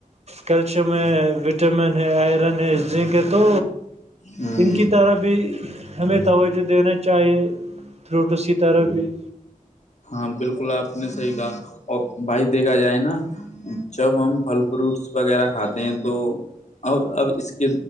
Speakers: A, on the right; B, on the left.
A: کیلشیم میں وٹامن ہے آئرن ہے زنک ہے تو
B: ہ
A: ان کی طرح بھی ہمیں توجہ دینا چاہیے فروٹس کی طرح بھی
B: ہاں بالکل آپ نے صحیح کہا اور بھائی دیکھا جائے نا جب ہم پھل فروٹس وغیرہ کھاتے ہیں تو ا اب اس کے